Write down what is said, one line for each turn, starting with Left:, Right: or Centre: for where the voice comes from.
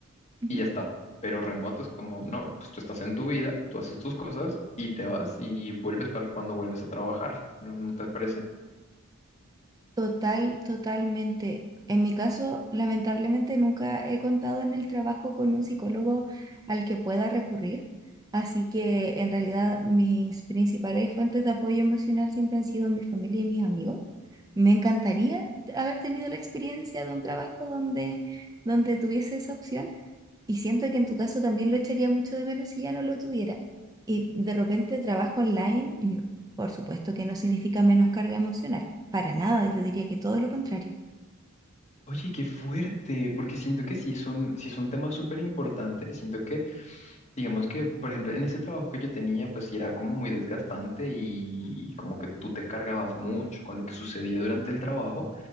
Right: ujú.
Left: y ya está. Pero remoto es como, no, pues tú estás en tu vida, tú haces tus cosas y te vas y vuelves para cuando vuelves a trabajar, ¿no? ¿No te parece?
Right: Total, totalmente. En mi caso, lamentablemente nunca he contado en el trabajo con un psicólogo al que pueda recurrir, así que en realidad mis principales fuentes de apoyo emocional siempre han sido mi familia y mis amigos. Me encantaría haber tenido la experiencia de un trabajo donde, donde tuviese esa opción y siento que en tu caso también lo echaría mucho de menos si ya no lo tuviera. Y de repente trabajo online. Por supuesto que no significa menos carga emocional. Para nada, yo diría que todo lo contrario.
Left: Oye, qué fuerte, porque siento que sí es un, sí es un tema súper importante. Siento que, digamos que, por ejemplo, en ese trabajo que yo tenía, pues sí era como muy desgastante y, y como que tú te cargabas mucho con lo que sucedía durante el trabajo,